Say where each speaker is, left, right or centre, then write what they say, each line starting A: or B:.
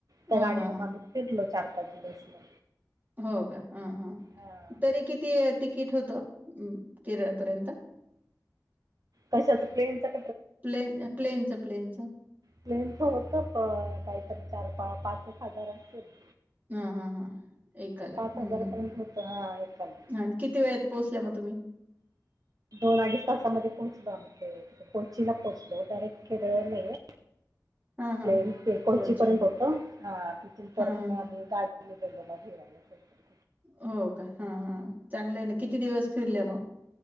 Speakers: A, on the right; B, on the right.
A: त्या
B: हां,
A: गाडीन
B: हां, हां.
A: मग फिरलो चार पाच दिवस मग!
B: हो का हा हा
A: हां
B: तरी किती तिकीट होत केरळपर्यंत?
A: कशाच प्लेन च?
B: प्लेन प्लेनचं प्लेनचं!
A: प्लेनच होत प काहीतरी चार पा पाच एक हजार असेल.
B: हा हा हा एकाला
A: पाच
B: हम्म
A: हजारापर्यंत
B: हम्म.
A: होतं हां एकाला
B: आणि किती वेळेत पोहोचल्या मग तुम्ही?
A: दोन अडीच तासामध्ये पोहोचलो आम्ही ते त कोचीला पोहोचलो डारेक्ट केरळ नाही.
B: <inaudible> हा हा
A: प्लेन ते कोची
B: कोचे
A: पर्यंत होतो, ह तिथून
B: हा
A: परत
B: हा
A: मग आम्ही गाडी म फिरायला सोप्प
B: हो का हा हा चांगलं आहे ना, किती दिवस फिरल्या मग?